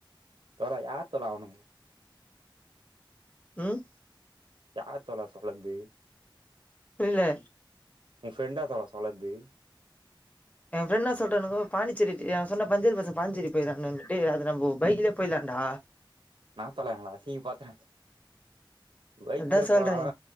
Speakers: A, on the right (about 70°); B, on the left (about 15°).
A: தல யார் தல அவனுங்க
B: ம்
A: யார் தல சொலந்து
B: புரில
A: உன் ஃப்ரெண்டா தோழா சொலந்து
B: என் ஃப்ரெண்டு என் சொல்ட்டானுங்கோ பாண்டிச்சேரி என் சொன்ன பஞ்சேரி பசங்க பாண்டிச்சேரி போயிட்லான்னுட்டு அது நம்ப பைக்லயே போயலான்டா
A: என்னா தோழா எங்கள அசிங் பாத்த, பைக்லயே
B: அதா சொல்றே
A: போனாலு